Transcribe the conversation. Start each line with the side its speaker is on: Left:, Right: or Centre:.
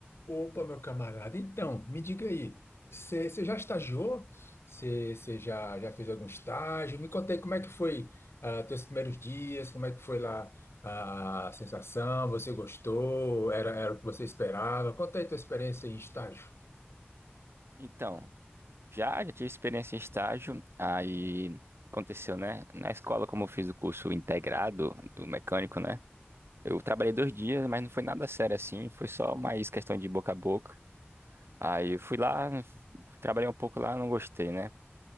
Left: Opa, meu camarada. Então, me diga aí, você já estagiou? Você já, já fez algum estágio? Me conta aí como é que foi os teus primeiros dias, como é que foi lá ah, a sensação, você gostou? Era, era o que você esperava? Conta aí tua experiência em estágio,
Right: Então, já, já tive experiência em estágio, aí aconteceu, né? Na escola, como eu fiz o curso integrado do mecânico, né? Eu trabalhei dois dias, mas não foi nada sério assim, foi só mais questão de boca a boca. Aí eu fui lá, trabalhei um pouco lá, não gostei, né?